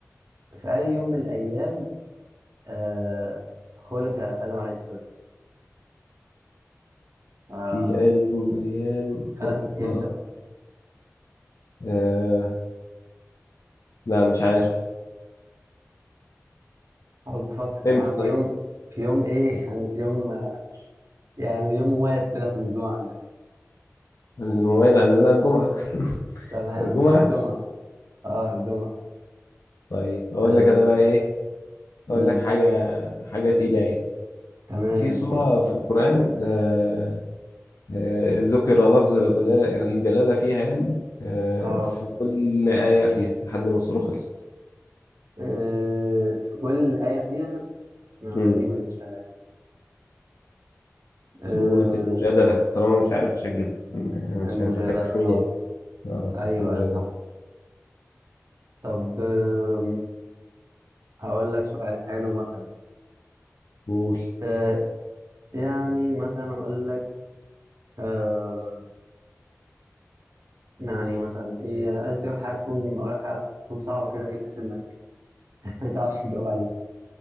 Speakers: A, on the right; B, on the left.
A: في أي يوم من الأيام آه، خلق آدم عليه السلام آه،
B: في أي يوم من الأيام
A: خلق
B: خلق
A: إمتى؟
B: آه لا مش عارف
A: حاول تفكر
B: امتى
A: أنا في
B: طيب
A: يوم في يوم إيه <laughs> يعني في يوم آه، يعني يوم مميز كده في الأسبوع عندنا
B: المميز عندنا الجمعة <laughs>
A: تمام
B: الجمعة
A: <laughs> في الجمعة أه في الجمعة
B: طيب أقول
A: آه،
B: لك أنا بقى إيه أقول
A: مم،
B: لك حاجة حاجة تقيلة يعني
A: تمام
B: في سورة في القرآن آه آه ذكر لفظ الجلالة, الجلالة فيها يعني آه
A: أه
B: في كل آية فيها لحد ما السورة خلصت
A: آه، في كل آية فيها آه، غريبة
B: مم.
A: دي، مش عارف
B: سورة
A: آه،
B: المجادلة طالما مش عارف مش هتجيبها أنا أنا
A: المجادلة
B: مش هيبقى فاتح
A: أه
B: مين يعني اه سورة
A: أيوه
B: المجادلة
A: أيوة، صح طب آم، هقول لك سؤال حلو مثلا
B: قول
A: آه، يعني مثلا اقول لك آه يعني مثلا ايه انت حاجه تكون اقول لك حاجه تكون صعبه كده ايه بحيث انك <laughs> ما تعرفش تجاوب عليها